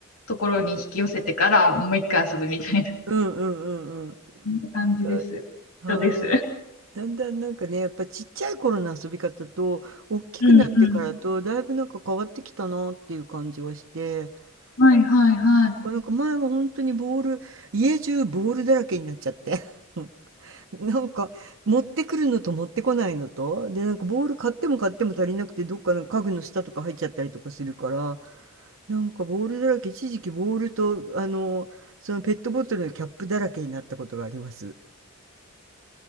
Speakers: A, on the left; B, on the right.
A: ところに引き寄せてから、もう一回遊ぶみたいな。
B: うんうんうん
A: そんな感じです。
B: うん。わかる。はーい。
A: 人です。
B: だんだんなんかね、やっぱちっちゃい頃の遊び方と、大きくなってからと、
A: うんうん。
B: だいぶなんか変わってきたなっていう感じはして、
A: はいはいはい。
B: うん、だからなんか前は本当にボール、家中ボールだらけになっちゃって。<laughs> なんか持ってくるのと持ってこないのと、で、なんかボール買っても買っても足りなくて、どっかの家具の下とか入っちゃったりとかするから、なんかボールだらけ、一時期ボールと、あの、そのペットボトルのキャップだらけになったことがあります。